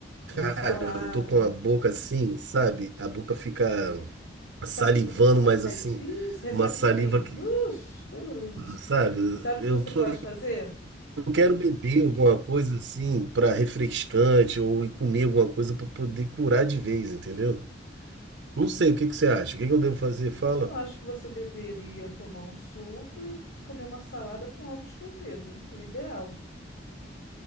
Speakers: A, on the left; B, on the right.
A: Uma
B: Cara,
A: salada.
B: eu tô com a boca assim, sabe? A boca fica
A: Sabe
B: salivando,
A: o que você faz?
B: mas assim,
A: Ih, ressaca
B: uma saliva
A: purinha.
B: que,
A: Dos curuzes.
B: sabe?
A: Sabe o
B: Eu
A: que você
B: tô,
A: pode fazer?
B: eu quero beber alguma coisa assim para refrescante ou ir comer alguma coisa para poder curar de vez, entendeu? Não
A: Hum,
B: sei, o que que você acha? O que que eu devo fazer? Fala.
A: eu acho que você deveria tomar um suco e comer uma salada com ovos cozidos. O ideal.